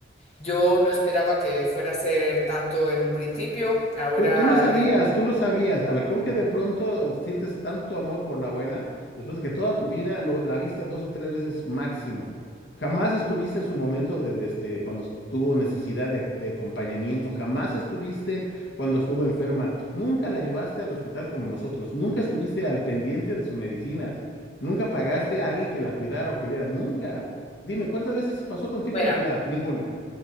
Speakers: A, on the left (about 35°); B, on the left (about 70°).
A: Yo no esperaba que fuera a ser tanto en un principio. Ahora,
B: Tú, tú lo sabías,
A: eh,
B: tú lo sabías. A ver, ¿cómo que de pronto eh, sientes tanto amor por la abuela después de que toda tu vida lo- la viste dos o tres veces máximo? Jamás estuviste en su momento de, de este, cuando tuvo necesidad de, de acompañamiento, jamás estuviste cuando estuvo enferma, nunca la llevaste al hospital como nosotros, nunca estuviste al pendiente de sus medicinas, nunca pagaste a alguien que la cuidara o que viera, nunca. Dime, ¿cuántas veces pasó contigo
A: bueno,
B: Navidad? Ninguna.